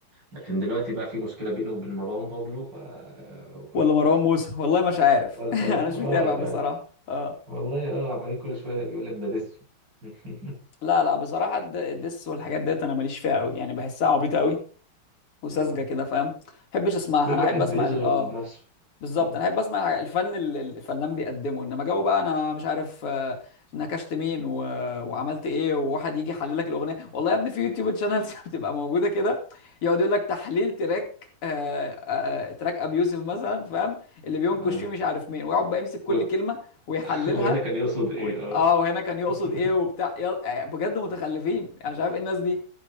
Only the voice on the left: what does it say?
ولا مروان موسى والله مش عارف
<laughs> انا
مش متابع
بصراحه اه
لا لا بصراحه الد- الدس والحاجات ديت انا ماليش فيها قوي يعني بحسها عبيطه قوي وساذجه
كده فاهم ما بحبش اسمعها
انا
احب
اسمع ال- اه
بالظبط
انا احب اسمع الحاجة- الفن اللي الفنان بيقدمه انما جو بقى انا مش عارف آه، نكشت مين و... وعملت ايه وواحد يجي يحلل لك الاغنيه والله يا ابني في يوتيوب شانلز <laughs> بتبقى موجوده كده يقعد يقول لك تحليل تراك آه، آه، تراك ابي يوسف مثلا فاهم اللي بينكش
فيه مش عارف مين ويقعد بقى يمسك كل
كلمه ويحللها
و...
اه وهنا كان يقصد
ايه وبتاع يا... آه، بجد متخلفين انا مش عارف ايه الناس دي